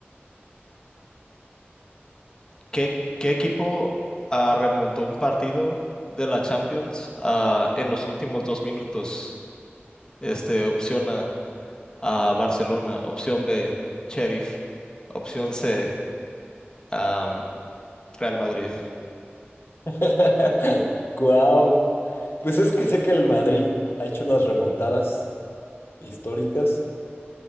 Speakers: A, on the left; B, on the left.
A: qué, qué equipo ah, remontó un partido de la Champions ah, en los últimos dos minutos? Este, opción A, ah, Barcelona. Opción B, Sheriff. Opción C, am, Real Madrid.
B: <laughs> Wow. Pues es que sé que el Madrid ha hecho unas remontadas históricas